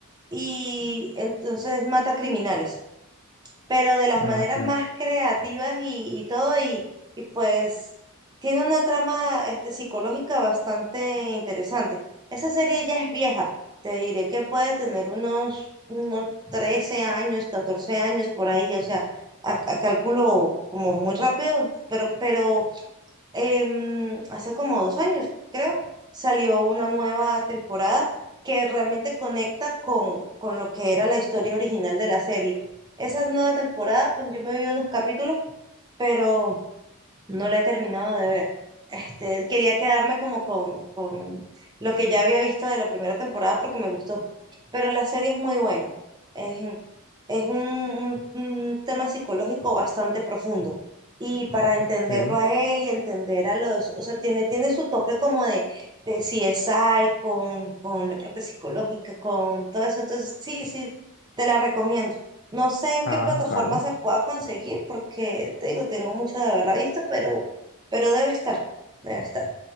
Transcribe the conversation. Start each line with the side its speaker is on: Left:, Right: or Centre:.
Right: y entonces mata criminales, pero de las
Left: Ah,
Right: maneras
Left: claro.
Right: más creativas y, y todo, y, y pues tiene una trama este, psicológica bastante interesante. Esa serie ya es vieja, te diré que puede tener unos, unos 13 años, 14 años por ahí, o sea, a, a cálculo como muy rápido, pero, pero em, hace como dos años, creo, salió una nueva temporada que realmente conecta con, con lo que era la historia original de la serie. Esa nueva temporada, pues yo me vi unos capítulos, pero no la he terminado de ver. Este, quería quedarme como con, con lo que ya había visto de la primera temporada porque me gustó. Pero la serie es muy buena. Es, un- es un, un- un tema psicológico bastante profundo. Y para entenderlo
Left: Ok.
Right: a él y entender a los, o sea, tiene, tiene su toque como de, de CSI, con, con la parte psicológica, con todo eso. Entonces, sí, sí, te la recomiendo. No sé en
Left: Ah,
Right: qué plataforma
Left: vale.
Right: se pueda conseguir porque te digo, tengo mucho de haberla visto, pero, pero debe estar, debe estar.